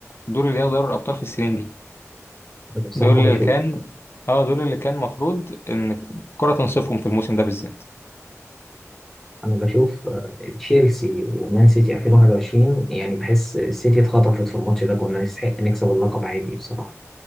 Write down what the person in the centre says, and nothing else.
انا بصراحه
بشوف
انا بشوف آه، تشيلسي ومان سيتي 2021 يعني بحس السيتي اتخطفت في الماتش ده كنا نستحق نكسب اللقب عادي بصراحه